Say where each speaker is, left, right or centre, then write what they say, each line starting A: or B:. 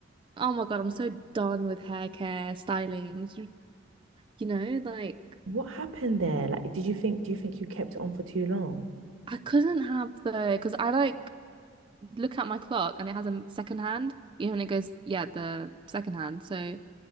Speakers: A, on the right; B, on the right.
A: oh my God, I'm so done with hair care, styling. You know, like.
B: What happened there? Like, did you think, do you think you kept it on for too long?
A: I couldn't have the because I like look at my clock and it has a m- second hand, you know, and it goes, yeah, the second hand. So